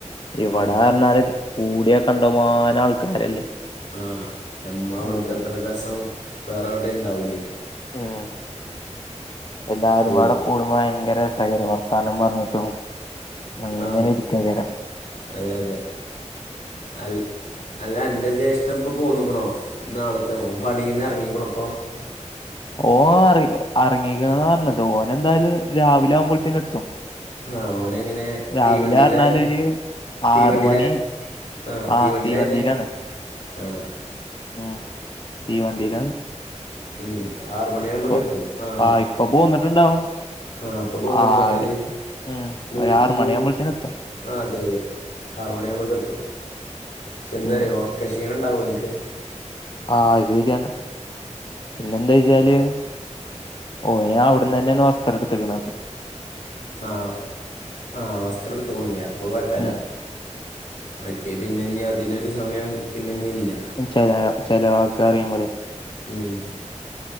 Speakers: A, on the left (about 40°); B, on the left (about 85°).
A: ഇവിടെ
B: ആ
A: പറഞ്ഞാല് കൂടിയ കണ്ടമാനം ആൾക്കാരല്ലേ
B: ആഹ് നമ്മളവിടുത്തെ
A: ഉം
B: അത്ര രസം വേറെവിടേം ഉണ്ടാവൂലേ
A: ഉം എല്ലാരും
B: ഓല്
A: വാടെ കൂടുമ്പോ ഭയങ്കര രസേകാരം വർത്താനം പറഞ്ഞിട്ടും അങ്ങനെ
B: ആ
A: ഇരിക്കേകാരം
B: അതെ അതെ അൽ അല്ല അന്റെ ജ്യേഷ്ഠൻ ഇപ്പൊ പോന്ന്ക്ക്ണോ നാളത്തെ ഓൻ പണീന്ന് ഇറങ്ങീക്ക്ണപ്പൊ
A: ഓ അ അറങ്ങിക്കണന്ന് പറഞ്ഞത് ഓന എന്തായാലും രാവിലെ ആകുമ്പോഴത്തേന എത്തും
B: ആഹ് ഓന എങ്ങനെ
A: രാവിലെ
B: തീവണ്ടിയില
A: പറഞ്ഞാല് ഒരു
B: തീവണ്ടിയിലെ
A: ആറ് മണി
B: ആഹ്
A: ആ
B: തീവണ്ടീലാ
A: തീവണ്ടിയിലാണ്
B: വരുന്നേ ആഹ്
A: ഉം തീവണ്ടിയിലാണ്
B: ഉം ആറുമണിയാകുമ്പോക്കെ
A: ഇപ്പൊ
B: എത്തും ആഹ്
A: ആ ഇപ്പൊ പോന്നിട്ടുണ്ടാവും
B: ആഹ് അപ്പൊ പോന്നിട്ടുണ്ടോ
A: ആര
B: ആര്
A: ഉം
B: മൂ
A: ഒരാറ്
B: മൂന്ന്
A: മണിയാവുമ്പോഴത്തേന് എത്തും
B: ആ അതെ അതെ ആർമണി ആകുമ്പോൾക്കെ എത്തും പക്ഷെ എന്താരയ
A: ഉം
B: ഓർക്ക ക്ഷീണം ഉണ്ടാവുമോ എനിക്ക്
A: ആ അത് ശെരിയാണ് പിന്നെ എന്താ വച്ചാല് ഓന് അവിടന്ന് തന്നെയാണ് വസ്ത്രം എടുത്തക്ക്ണത്
B: ആഹ് ആഹ വസ്ത്രം എടുത്ത കൊണ്ടില്ലേ അപ്പ കൊയപ്പല്ല
A: ഉം
B: മറ്റേ പിന്നഞ്ഞ അതിനൊരു സമയം പിന്നഞ്ഞ ഇല്ല
A: ച ചെലവാക്ക അറിയുമ്പോലെ
B: ഉം